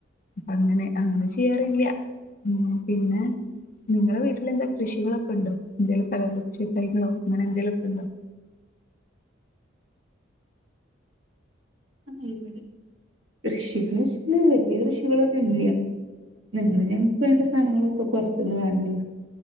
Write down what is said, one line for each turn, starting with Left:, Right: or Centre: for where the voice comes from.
Left: അങ്ങനെ അങ്ങനെ ചെയ്യാറില്ല്യ. ഉം പിന്നെ നിങ്ങളെ വീട്ടില് എന്താ കൃഷികളൊക്കൊണ്ടോ? എന്തേലും ഫലവൃക്ഷ തൈകളോ അങ്ങനെ എന്തേലൊക്കെണ്ടോ?
Right: ആ ഇവിടെ. കൃഷികള്ച്ചാല് വല്യ കൃഷി ഇവടൊന്നുല്ല്യ നിങ്ങള് ഞങ്ങക്ക് വേണ്ട സാനങ്ങളൊക്കെ പൊറത്ത്ന്ന് വാങ്ങല്